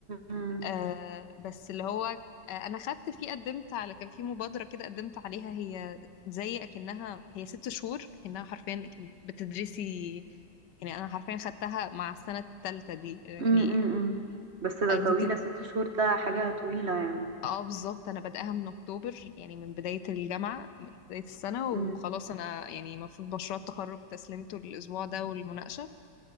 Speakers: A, on the right; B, on the left.
A: مم.
B: آه بس اللي هو آه، انا خدت فيه قدمت على كان في مبادره كده قدمت عليها هي زي اكنها هي ست شهور اكنها حرفيا أكن بتدرسي يعني انا حرفيا خدتها مع السنه الثالثه دي يعني
A: مم. مم. بس ده
B: فانتي
A: طويلة
B: بتد...
A: ست شهور ده حاجة طويلة يعني
B: اه بالظبط انا بادئها من اكتوبر يعني من بدايه الجامعه من بدايه السنه وخلاص
A: مم.
B: انا يعني المفروض مشروع التخرج تسليمته الاسبوع ده والمناقشه